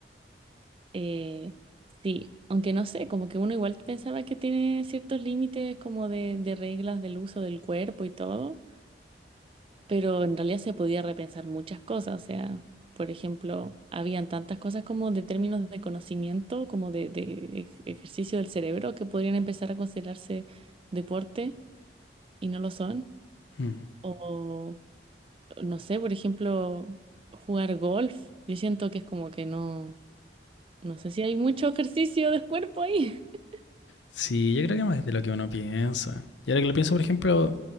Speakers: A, on the right; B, on the left.
A: eh, sí, aunque no sé, como que uno igual pensaba que tiene ciertos límites como de, de reglas del uso del cuerpo y todo, pero en realidad se podía repensar muchas cosas, o sea, por ejemplo, habían tantas cosas como de términos de conocimiento, como de, de ej- ejercicio del cerebro, que podrían empezar a considerarse deporte y no lo son,
B: Hmm.
A: o no sé, por ejemplo, jugar golf, yo siento que es como que no, no sé si hay mucho ejercicio de cuerpo ahí. <laughs>
B: Sí, yo creo que más de lo que uno piensa. Y ahora que lo pienso, por ejemplo,